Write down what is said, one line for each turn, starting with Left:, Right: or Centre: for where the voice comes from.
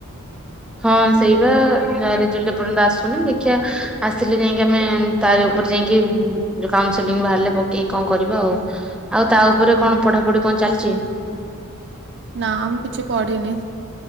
Centre: ହଁ ସେଇ ବା ରେଜଲଟ ଏ ପର୍ଯ୍ୟନ୍ତ ଆସୁନି ଦେଖିଆ ଆସିଲେ ଯାଇକି ଆମେ ତାରି ଉପରେ ଯାଇକି କାଉନସେଲିଂ ବାହାରିଲେ ପକେଇକି କଣ କରିବା ଆଉ। ଆଉ ତା ଉପରେ
Right: ହଁ
Centre: କଣ ପଢାପଢି କଣ ଚାଲିଛି?
Right: ନା ମୁଁ କିଛି ପଢିନି